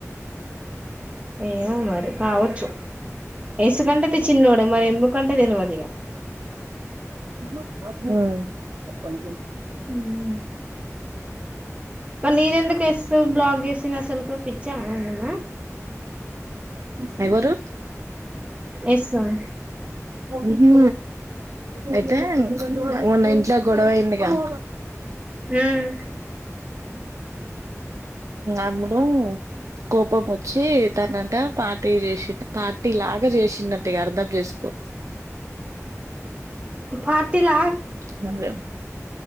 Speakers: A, on the right; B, on the right.
A: ఏమో మరి కావచ్చు ఎస్ కంటే చిన్నోడే మరి ఎమ్ముకంటే తెలివదు ఇగ
B: హు <inaudible>
A: ఉమ్ మరి నీదెందుకు ఎస్తవ్ బ్లాక్ చేసింది అసలుకు పిచ్చా ఏమన్నా
B: <inaudible> ఎవరు
A: ఎస్తవ్
B: మ్ హూ అయితే మోన్న ఇంట్లో గొడవయిందిగా <inaudible>
A: ఉమ్
B: అబ్బుడు కోపం వచ్చి తనంట పార్టీ చేసి పార్టీ లాగా చేసినంట అర్థం చేసుకో
A: పార్టీ ల
B: <unintelligible>